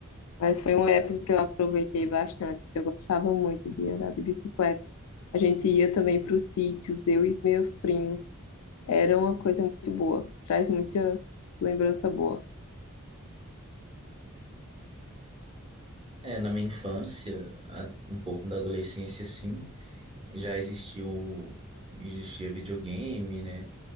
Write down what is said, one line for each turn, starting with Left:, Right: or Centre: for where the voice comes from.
Left: Mas foi uma época que eu aproveitei bastante. Eu gostava muito de andar de bicicleta. A gente ia também para os sítios, eu e meus primos. Era uma coisa muito boa, traz muita lembrança boa.
Right: É, na minha infância, a- um pouco da adolescência, sim, já existiu, existia videogame, né?